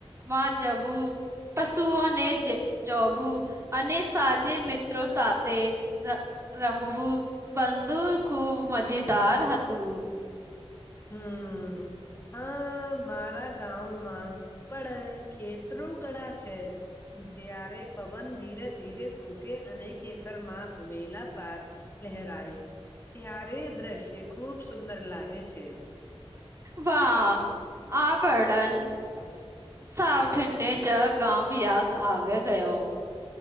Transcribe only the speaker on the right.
માં જવું પશુઓને જે જોવું અને સાજે મિત્રો સાથે ર રમવું બદુર ખુબ મજેદાર હતું.
વાહ આ <unintelligible> સાવઠીને જ ગામ યાદ આવે ગયો.